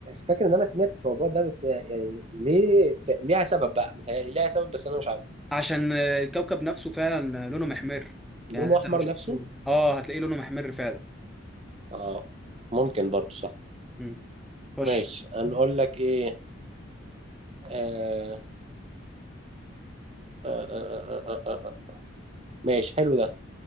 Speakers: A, on the right; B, in the centre.
A: فاكر ان انا سمعت الموضوع ده بس يعني ليه ليها سبب بقى متهيألي ليها سبب بس انا مش عارف
B: عشان الكوكب نفسه فعلا لونه محمر يعني
A: لونه
B: انت
A: احمر
B: لو شفت
A: نفسه
B: صوره اه هتلاقيه لونه محمر فعلا
A: اه ممكن برضو صح
B: مم. خش
A: ماشي هنقول لك ايه آه آه آه آه آه آه. آه، آه. ماشي حلو ده